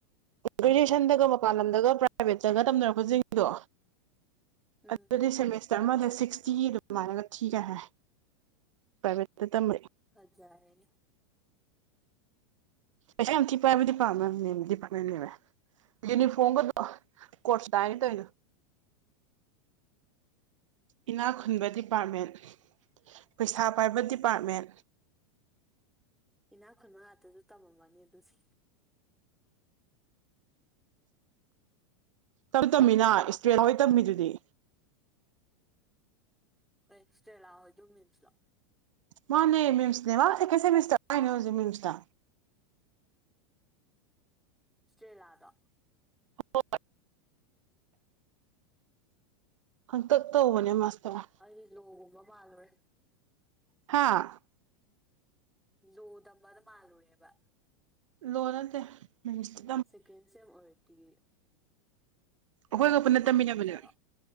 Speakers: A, on the right (about 85°); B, in the centre.
A: ꯒ꯭ꯔꯦꯖꯨꯌꯦꯁꯟꯗꯒ ꯃꯄꯥꯟ ꯂꯝꯗꯒ ꯄ꯭ꯔꯥꯏꯚꯦꯠ ꯇꯒ ꯇꯝꯅꯔꯛꯄꯁꯤꯡꯗꯣ
B: ꯎꯝ
A: ꯑꯗꯨꯗꯤ ꯁꯤꯝ ꯑꯃꯗ ꯁꯤꯛꯁꯇꯤ ꯑꯗꯨꯃꯥꯏꯅꯒ ꯊꯤꯒ ꯍꯥꯏ ꯄ꯭ꯔꯥꯏꯚꯦꯠꯇ ꯇꯝꯕ
B: ꯐꯖꯔꯦꯅꯦ
A: ꯄꯩꯁꯥ ꯌꯥꯝ ꯊꯤ ꯄꯥꯏꯕ ꯗꯤꯄꯥꯠꯃꯦꯟꯅꯦꯃꯦ ꯗꯤꯄꯥꯠꯃꯦꯟꯅꯦꯃꯦ ꯌꯨꯅꯤꯐꯣꯝꯒꯗꯣ ꯀꯣꯠꯁ ꯇꯥꯏꯅ ꯇꯧꯔꯤꯗꯣ ꯏꯅꯥ ꯈꯨꯟꯕ ꯗꯤꯄꯥꯔꯠꯃꯦꯟ ꯄꯩꯁꯥ ꯄꯥꯏꯕ ꯗꯤꯄꯥꯔꯠꯃꯦꯟ
B: ꯏꯅꯥꯛ ꯈꯨꯟꯃ ꯉꯥꯛꯇꯁꯨ ꯇꯝꯃꯝꯃꯅꯤ ꯑꯗꯨꯒꯤ
A: ꯇꯞ ꯇꯝꯃꯤꯅ ꯏꯁꯇ꯭ꯔꯦꯂ ꯍꯣꯏ ꯇꯝꯃꯤꯗꯨꯗꯤ
B: ꯢꯁꯇꯔꯦꯂ ꯍꯣꯢꯗꯣ ꯃꯤꯝꯢꯂꯣ
A: ꯃꯥꯅꯦ ꯃꯤꯃꯅꯦ ꯃꯥ ꯁꯦꯀꯦꯟ ꯁꯤꯃꯤꯁꯇꯔ ꯀꯥꯢꯅꯦ ꯃꯤꯃꯇ
B: ꯢꯁꯇꯔꯦꯂꯥꯗꯣ
A: ꯍꯣꯢ ꯍꯥꯡꯇꯛ
B: ꯑꯣ
A: ꯇꯧꯕꯅꯦ ꯃꯥꯁꯇꯔ
B: ꯑꯩꯗꯤ ꯂꯣꯒꯨꯝꯕ ꯃꯥꯜꯂꯨꯔꯦ
A: ꯍꯥꯥ
B: ꯂꯣ ꯇꯝꯕꯗꯣ ꯃꯥꯜꯂꯨꯔꯦꯕ
A: ꯂꯣ ꯅꯠꯇꯦ ꯃꯤꯃꯁꯇ
B: ꯁꯦꯀꯦꯟ ꯁꯦꯝ ꯑꯣꯏꯔꯗꯤ
A: ꯑꯩꯈꯣꯏꯒ
B: ꯌꯥꯝ
A: ꯄꯨꯟꯅ
B: ꯑꯉꯥꯡ
A: ꯇꯝꯃꯤꯟꯅꯕꯅꯦ
B: ꯑꯣꯏꯖꯥꯠꯂꯣ